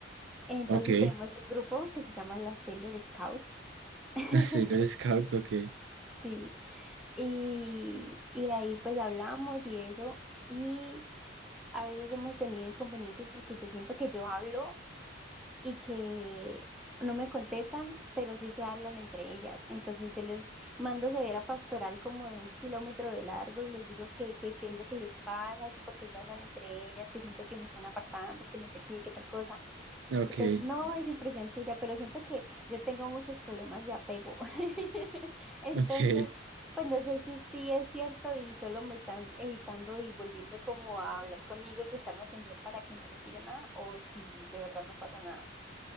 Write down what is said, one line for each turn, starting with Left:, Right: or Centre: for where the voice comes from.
Centre: Entonces
Right: Ok, <laughs> sí,
Centre: tenemos un grupo que se llama las Sailor Scouts. <laughs>
Right: los Sailor Scouts, ok,
Centre: Sí. Y, y ahí pues hablamos y eso. Y a veces hemos tenido inconvenientes porque yo siento que yo hablo y que no me contestan, pero sí se hablan entre ellas. Entonces yo les mando severa pastoral como de un kilómetro de largo y les digo que, que, qué es lo que les pasa, que por qué se hablan entre ellas, que siento que me están apartando, que no sé qué, qué tal cosa.
Right: ok,
Centre: Entonces, no es impresión tuya, pero siento que yo tengo muchos problemas de apego. <laughs> Entonces,
Right: ok,
Centre: pues no sé si sí es cierto y solo me están evitando y volviendo como a hablar conmigo y prestarme atención para que no les diga nada o si de verdad no pasa nada.